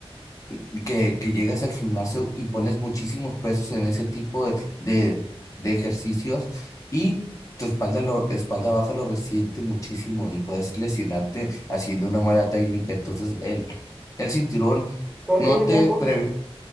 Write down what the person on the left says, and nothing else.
eh, que, que llegas al gimnasio y pones muchísimos pesos en ese tipo de, de, de ejercicios y tu espalda, lo, espalda baja lo resiente muchísimo y puedes lesionarte haciendo una mala técnica. Entonces el, el cinturón
no te...
previ-